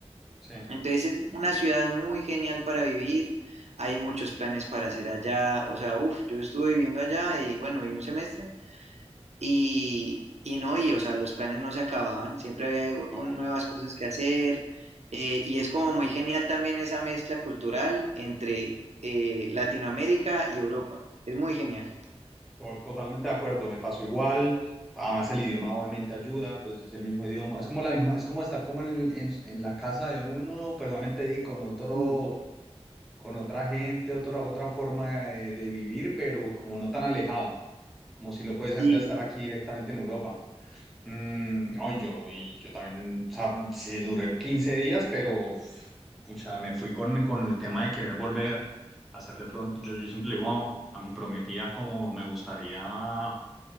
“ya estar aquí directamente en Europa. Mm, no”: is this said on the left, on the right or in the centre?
Centre